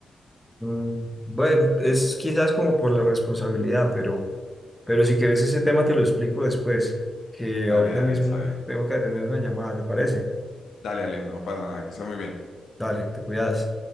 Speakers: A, in the centre; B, on the left.
A: Mm, bueno, es
B: En-
A: quizás como por la responsabilidad, pero, pero si quieres ese tema te lo explico después, que
B: dale,
A: ahorita
B: dale,
A: mismo
B: sabe.
A: tengo que atender una llamada, ¿te parece?
B: Dale, Alejo, no pasa nada, que estés muy bien.
A: Dale, te cuidas.